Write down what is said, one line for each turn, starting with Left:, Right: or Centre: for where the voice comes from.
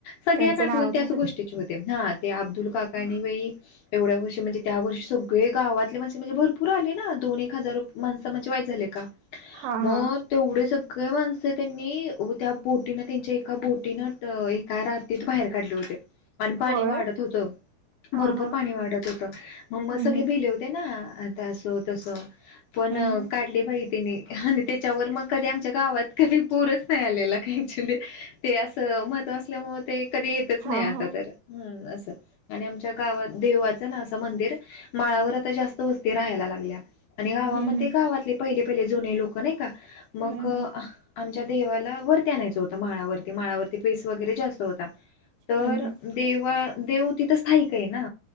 Left: सगळ्यांना
Right: त्यांचे
Left: आठवण
Right: नाव घेतात
Left: त्याच गोष्टीचे होते. हा आणि ते अब्दुल काकांनी बाई एवढ्या वर्षी म्हणजे त्या वर्षी सगळे गावातले माणसे म्हणजे भरपूर आले ना. दोन एक हजार माणसं म्हणजे वाईच झाले का?
Right: हा
Left: मग
Right: हा
Left: तेवढे सगळे माण स त्यांनी त्या बोटीन त्यांच्या एका बोटीनं एका रातीत बाहेर काढले होते. आणि पाणी
Right: होय
Left: वाढत होतं.
Right: हा
Left: भरपूर
Right: हा
Left: पाणी वाढत होतं, मग
Right: हम्म
Left: सगळे
Right: हम्म
Left: भिले होते ना ते असं तसं, पण
Right: हम्म
Left: काढली बाई त्यांनी आणि त्याच्यावर मग कधी आमच्या गावात कधी पूरच नाही आलेला काय ऍक्च्युली. ते असं महत्व असल्यामुळं ते कधी येतच
Right: हा
Left: नाही आता
Right: हा
Left: तर, हम्म असं. आणि आमच्या गावात देवाचं ना असं मंदिर माळावर आता जास्त वस्ती राहायला लागल्या. आणि गावामध्ये
Right: हम्म हम्म
Left: गावातले पहिले पहिले जुने लोक नाही का, मग
Right: हम्म
Left: अ आमच्या देवाला वरती आणायचं होतं माळावरती. माळावरती पेस वगैरे जास्त होता. तर
Right: हम्म हम्म
Left: देवा-देव तिथं स्थायिक आहे ना,